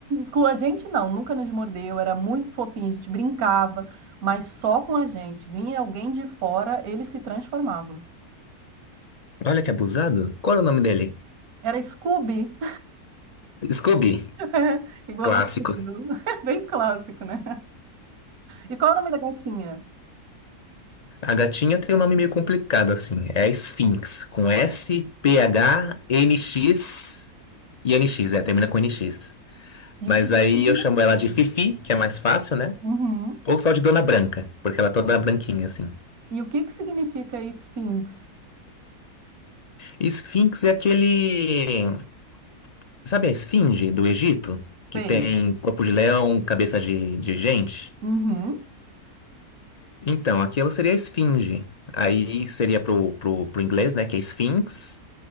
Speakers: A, on the right (about 70°); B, on the left (about 40°).
A: com a gente não, nunca nos mordeu, era muito fofinho, a gente brincava. Mas só com a gente. Vinha alguém de fora, ele se transformava.
B: Olha que abusado. Qual era o nome dele?
A: Era Scooby,
B: Scooby.
A: <laughs> igual
B: Clássico.
A: o Scooby, <laughs> bem clássico, né? E qual é o nome da gatinha?
B: A gatinha tem um nome meio complicado, assim. É a Sphinx. Com S, P, H, N, X e NX. É, termina com N, X.
A: E
B: Mas
A: o que
B: aí
A: que significa?
B: eu chamo ela de Fifi, que é mais fácil, né?
A: Uhum.
B: Ou só de Dona Branca, porque ela é toda branquinha, assim.
A: E o que que significa Sphinx?
B: Esfinx é aquele. Sabe a esfinge do Egito? Que
A: Sei.
B: tem corpo de leão, cabeça de, de gente?
A: Uhum.
B: Então, aquilo seria a esfinge. Aí seria pro, pro, pro inglês, né? Que é Sphinx.